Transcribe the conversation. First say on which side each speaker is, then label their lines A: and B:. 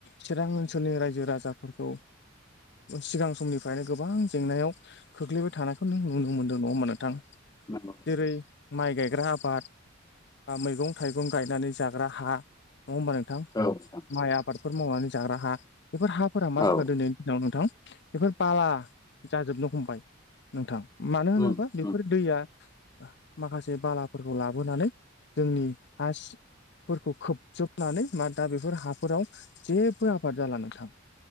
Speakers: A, on the left; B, on the left.
A: चिरां ओनसोलनि रायजो राजाफोरखौ सिगां समनिफ्रायनो गोबां जेंनायाव खोख्लैबाय थानायखौनो नुनो मोनदों नङा होनबा नोंथां
B: नंगौ
A: जेरै माइ गायग्रा आबाद बा मैगं थाइगं गायनानै जाग्रा हा नङा होमबा नोंथां
B: औ नोंथां
A: माइ आबादफोर मावनानै जाग्रा हा बेफोर हाफोरा मा
B: औ
A: जागोन दिनैनि दिनाव नोंथां बेफोर बाला जाजोबनो हमबाय नोंथां मानो होनोबा
B: उम
A: बेफोर
B: उम
A: दैया माखासे बालाफोरखौ लाबोनानै जोंनि हा सिंफोरखौ खोब जोबनानै मा दा बेफोर हाफोराव जेबो आबाद जाला नोंथां